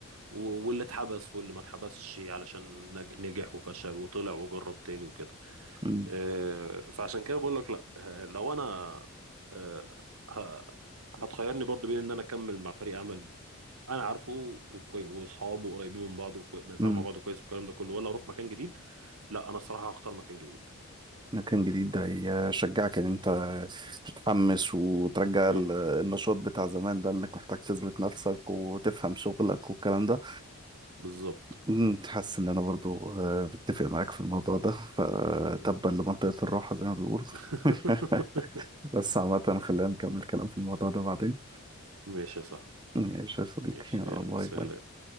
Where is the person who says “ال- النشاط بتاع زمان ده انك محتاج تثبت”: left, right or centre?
Right